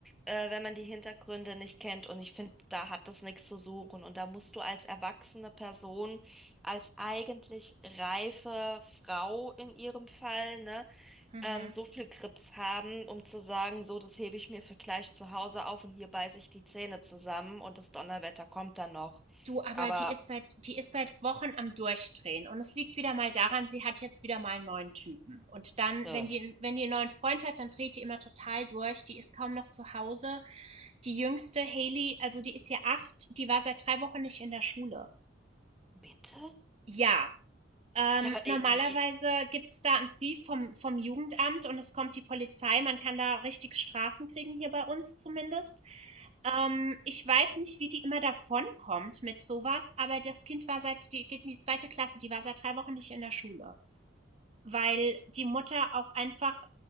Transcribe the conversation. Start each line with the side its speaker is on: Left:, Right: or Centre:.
Centre: äh, wenn man die Hintergründe nicht kennt. Und ich finde, da hat das nichts zu suchen. Und da musst du als erwachsene Person, als eigentlich reife Frau in ihrem Fall, ne,
Right: mhm.
Centre: ähm, so viel Grips haben, um zu sagen, so, das hebe ich mir für gleich zu Hause auf und hier beiße ich die Zähne zusammen und das Donnerwetter kommt dann noch.
Right: Du, aber
Centre: Aber,
Right: die ist seit die ist seit Wochen am Durchdrehen und es liegt wieder mal daran, sie hat jetzt wieder mal einen neuen Typen und dann,
Centre: äh,
Right: wenn die wenn die 'n neuen Freund hat, dann dreht die immer total durch. Die ist kaum noch zu Hause. Die Jüngste, Haley, also, die ist ja 8, die war seit 3 Wochen nicht in der Schule.
Centre: bitte?
Right: Ja, ähm,
Centre: Ja, aber
Right: normalerweise
Centre: äh, äh, äh,
Right: gibt's da einen Brief vom vom Jugendamt und es kommt die Polizei. Man kann da richtig Strafen kriegen, hier bei uns zumindest. Ähm, ich weiß nicht, wie die immer davonkommt mit sowas, aber das Kind war seit die geht in die zweite Klasse, die war seit 3 Wochen nicht in der Schule weil die Mutter auch einfach